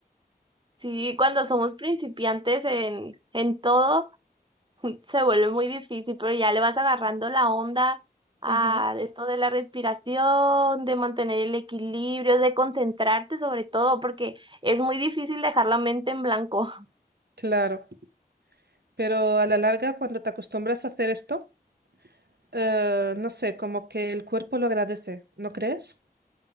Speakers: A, on the right (about 30°); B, on the right (about 90°).
A: sí, cuando somos principiantes en, en todo se vuelve muy difícil, pero ya le vas agarrando la onda a
B: Ujú,
A: esto de la respiración, de mantener el equilibrio, de concentrarte sobre todo, porque es muy difícil dejar la mente en blanco. <laughs>
B: Claro, pero a la larga cuando te acostumbras a hacer esto, Eh, no sé, como que el cuerpo lo agradece, ¿no crees?